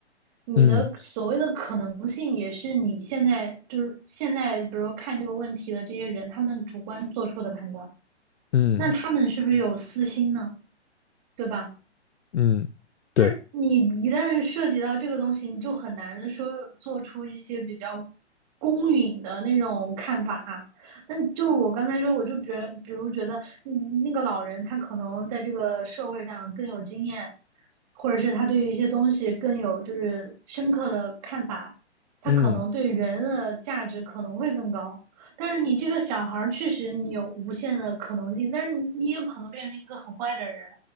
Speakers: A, on the right; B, on the left.
A: 你的所谓的可能性也是你现在就是现在，
B: 嗯
A: 比如说看这个问题的这些人，他们主观做出的判断，
B: 嗯。
A: 那他们是不是有私心呢？对吧？
B: 嗯，对，
A: 就是你一旦涉及到这个东西，你就很难说做出一些比较公允的那种看法啊。那就我刚才说，我就觉如比如觉得，嗯那个老人他可能在这个社会上更有经验，或者是他对于一些东西更有就是深刻的看法，他可能对人的价值可能会更高。
B: 嗯，
A: 但是你这个小孩儿确实你有无限的可能性，但是你也有可能变成一个很坏的人。